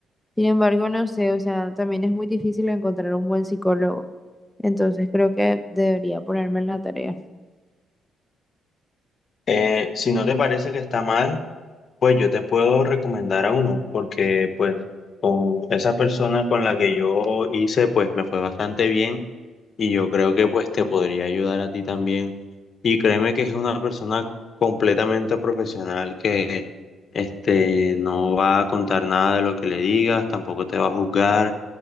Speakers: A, in the centre; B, on the left.
A: Sin embargo, no sé, o sea, también es muy difícil encontrar un buen psicólogo. Entonces creo que debería ponerme en la tarea.
B: Eh, si no te parece que está mal. Pues yo te puedo recomendar a uno, porque pues con esa persona con la que yo hice, pues me fue bastante bien y yo creo que pues te podría ayudar a ti también. Y créeme que es una persona completamente profesional que este no va a contar nada de lo que le digas, tampoco te va a juzgar,